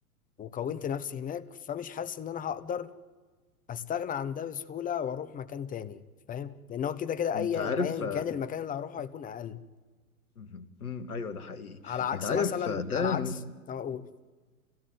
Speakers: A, on the left (about 20°); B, on the left (about 75°).
A: وكونت نفسي هناك فمش حاسس ان انا هقدر استغنى عن ده بسهوله واروح مكان تاني فاهم لان هو كده كده
B: انت
A: اي
B: عارف
A: ايا كان المكان اللي هروحه هيكون اقل
B: مم. مم. ايوه ده حقيقي
A: على عكس
B: انت عارف
A: مثلا
B: آه، ده
A: على عكس أه اقول